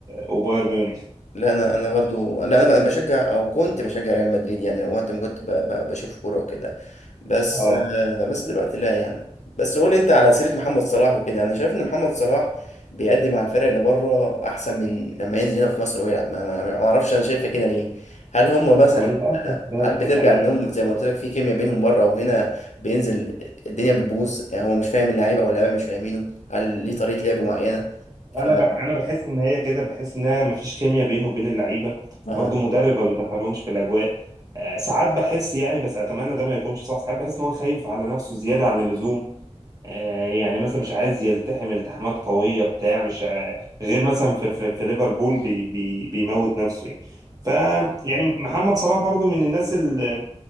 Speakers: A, on the right; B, on the left.
A: وبايرن ميونخ
B: لا انا انا برضو لا انا بشجع او كنت بشجع ريال مدريد يعني لو وقت ما كنت ب... ب... بشوف كوره وكده بس
A: اه
B: آه، بس دلوقتي لا يعني بس قول لي انت على سيره محمد صلاح وكده انا شايف ان محمد صلاح بيقدم مع الفرق اللي بره احسن من لما ينزل هنا في مصر ويلعب ما ما ما اعرفش انا شايفها كده ليه هل هم مثلا
A: ما هو للاسف
B: آه،
A: ده
B: هل بترجع
A: ده حقيقي
B: انهم زي ما قلت لك في كيمياء بينهم بره وهنا بينزل الدنيا بتبوظ يعني هو مش فاهم اللعيبه او اللعيبه مش فاهمينه هل ليه طريقه لعب معينه ف
A: انا بح انا بحس ان هي كده بحس انها مفيش كيمياء بينه وبين اللعيبه
B: اه
A: برضو مدرب ما بيدخلهمش في الاجواء آه، ساعات بحس يعني بس اتمنى ده ما يكونش صح ساعات بحس ان هو خايف على نفسه زياده عن اللزوم آه، يعني مثلا مش عايز يلتحم التحامات قوية بتاع مش ع- غير مثلا في في, في ليفربول بي بي بيموت نفسه يعني ف يعني محمد صلاح برضو من الناس اللي